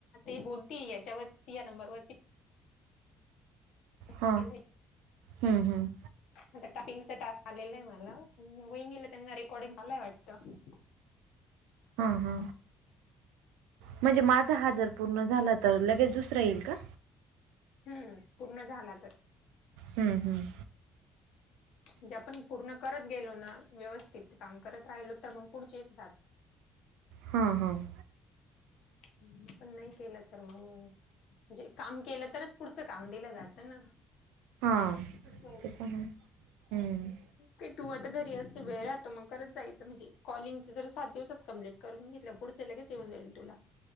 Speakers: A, on the left; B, on the right.
A: ते बोलती याच्यावरती या नंबरवरती
B: हा
A: केलंय.
B: हम्म हम्म.
A: आता टापिंगचा टास्क आलेला आहे मला वहिणीला त्यांना रेकॉर्डिंग आलाय वाटतं.
B: हा हा म्हणजे माझा हा जर पूर्ण झाला तर लगेच दुसरा येईल का?
A: हम्म पूर्ण झाला तर.
B: हम्म हम्म.
A: म्हणजे आपण पूर्ण करत गेलो ना व्यवस्थित काम करत राहिलो तर मग पुढची जात
B: हा हां.
A: मीनं पण नाही केलं तर मग. जे काम केलं तरच पुढचं काम दिलं जातं ना.
B: हा
A: असं होतं
B: ते पण आहे हम्म.
A: की तू आता घरी असते वेळ राहतो मग करत जायचं म्हणजे कॉलिंगचा जर सात दिवसात कंप्लीट करून घेतलं पुढचे लगेच येऊन जाईल तुला